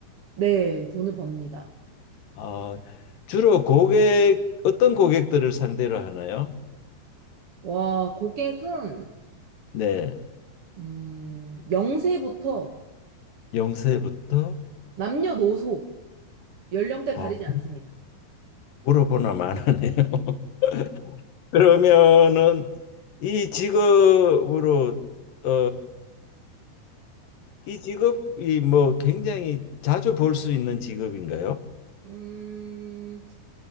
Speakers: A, on the right; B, on the left.
A: 네, 돈을 법니다.
B: 아, 주로 고객, 어떤 고객들을 상대로 하나요?
A: 와, 고객은,
B: 네,
A: 음, 세부터
B: 영세부터
A: 남녀노소, 연령대 가리지
B: 어,
A: 않습니다.
B: 물어보나 마나네요. <laughs> 그러면은 이 직업으로 어, 이 직업이 뭐 굉장히 자주 볼 수 있는 직업인가요?
A: 음,